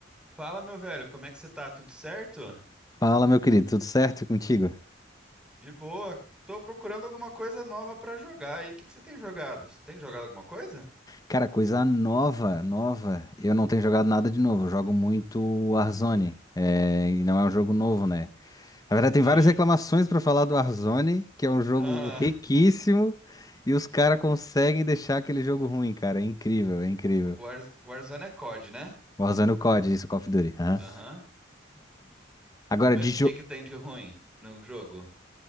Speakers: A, in the centre; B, on the left.
A: Fala, meu velho, como é que você tá? Tudo certo?
B: Fala, meu querido, tudo certo contigo?
A: De boa. Tô procurando alguma coisa nova pra jogar. E o que que você tem jogado? Você Tem jogado alguma coisa?
B: Cara, coisa nova, nova. Eu não tenho jogado nada de novo. Eu jogo muito Warzone. É, e não é um jogo novo, né? Na verdade,
A: Sim.
B: tem várias reclamações pra falar do Warzone, que é um jogo
A: Ah,
B: riquíssimo, e os caras conseguem deixar aquele jogo ruim, cara. É incrível, é incrível.
A: War- Warzone é COD, né?
B: Warzone é o COD, isso, Call of Duty. aham.
A: Aham.
B: Agora,
A: Mas
B: de jo...
A: o que que tem de ruim no jogo?